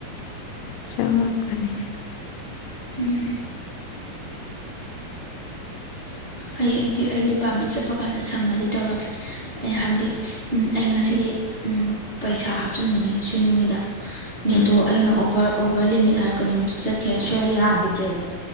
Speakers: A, on the left; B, on the right.
A: ꯆꯠ ꯀꯅꯤ
B: ꯎꯝ ꯍꯌꯦꯡꯗꯤ ꯑꯩ ꯗꯤꯄꯥꯔꯠꯃꯦꯟ ꯆꯠꯄ ꯀꯥꯟꯗ ꯁꯪꯉꯗꯤ ꯇꯧꯔꯀꯦ ꯍꯥꯏꯕꯗꯤ ꯑꯩ ꯉꯁꯤꯗꯤ ꯄꯩꯁꯥ ꯍꯥꯞꯆꯤꯟꯕꯅꯦ ꯁꯤ ꯅꯨꯃꯤꯗ ꯅꯦꯇꯣ
A: ꯎꯝ
B: ꯑꯩꯅ ꯑꯣꯚꯔ ꯑꯣꯚꯔ ꯂꯤꯃꯤꯠ ꯍꯥꯏꯕ ꯀꯩꯅꯣꯝ ꯆꯠꯈ꯭ꯔꯦ ꯁ ꯌꯥꯈꯤꯗ꯭ꯔꯦꯕ